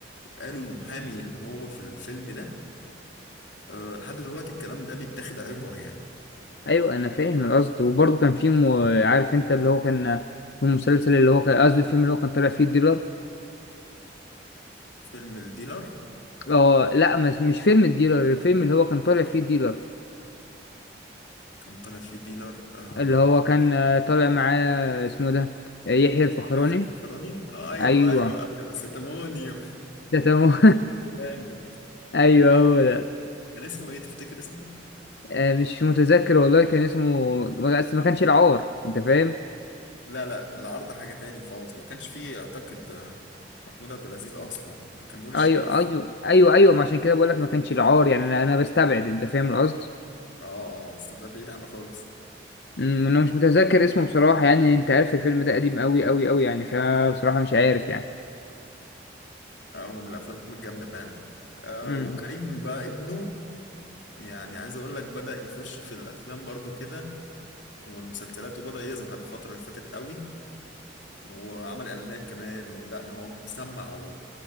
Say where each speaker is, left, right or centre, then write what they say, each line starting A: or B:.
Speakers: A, on the left; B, on the left.
A: قالوا المحامي اللي هو في الفيلم ده آه لحد دلوقتي الكلام ده بيتاخد عبر يعني
B: ايوه انا فاهم القصد وبرضه كان في م- عارف انت اللي هو كان المسلسل اللي هو كان قصدي الفيلم اللي هو كان طالع فيه الديلر
A: فيلم الديلر
B: اه لا مش مش فيلم الديلر الفيلم اللي هو كان طالع فيه الديلر
A: كان طالع فيه ديلر آه
B: اللي هو كان آه، طالع معاه اسمه ده آه، يحيى الفخراني
A: يحيى الفخراني آه ايوه
B: ايوه
A: ايوه ايوه ستامونيو
B: ده تمام
A: <laughs> جامد
B: <laughs> ايوه هو ده
A: كان اسمه ايه تفتكر اسمه؟
B: آه، مش متذكر والله كان اسمه ما- بس ما كانش العار انت فاهم
A: لا لا العرض حاجة تاني خالص ما كانش فيه اعتقد آه، محمود عبد العزيز اصلا ده كان نور الشريف
B: ايوه ايوه ايوه ايوه ما عشان كده بقول لك ما كانش العار يعني انا أنا بستبعد انت فاهم القصد
A: اه اه آه، بس ده بعيد عنه خالص
B: أمم، انا مش متذكر اسمه بصراحه يعني انت عارف الفيلم ده قديم قوي قوي قوي يعني فبصراحه مش عارف يعني
A: آه هو من الافلام الجامدة فعلا آه
B: امم
A: وكريم بقى ابنه يعني عايز اقول لك بدأ يخش في الافلام برضو كده والمسلسلات وبدأ يظهر الفترة اللي فاتت قوي وعمل اعلانات كمان ولا ما هو مسمع